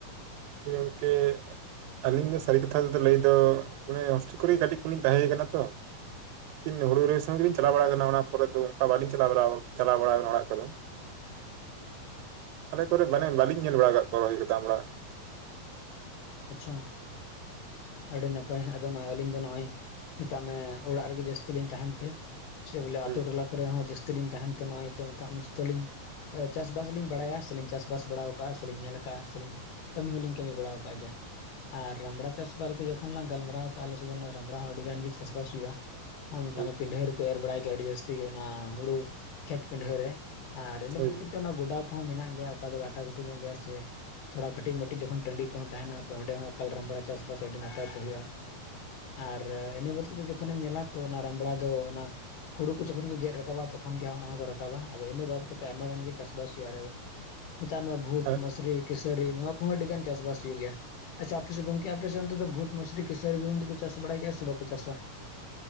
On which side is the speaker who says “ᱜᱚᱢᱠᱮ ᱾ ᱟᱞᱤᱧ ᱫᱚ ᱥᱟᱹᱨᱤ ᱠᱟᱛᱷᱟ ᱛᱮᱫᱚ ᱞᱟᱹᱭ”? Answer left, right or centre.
Right